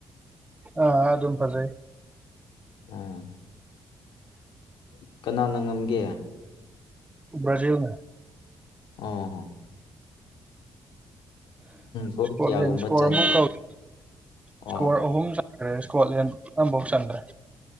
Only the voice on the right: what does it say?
ꯑ ꯑ ꯑꯗꯨꯃ ꯐꯖꯩ
ꯕ꯭ꯔꯥꯖꯤꯜꯅ
ꯏꯁꯀꯣꯔꯦꯜꯁ
ꯏꯁꯀꯣꯔ
ꯑꯃꯨꯛ ꯇꯧꯔꯛꯀꯦ
ꯏꯁꯀꯣꯔ ꯑꯍꯨꯝ ꯆꯟꯈ꯭ꯔꯦ ꯏꯁꯀꯣꯠꯂꯦꯟ ꯑꯃꯐꯧ ꯆꯟꯈ꯭ꯔꯦ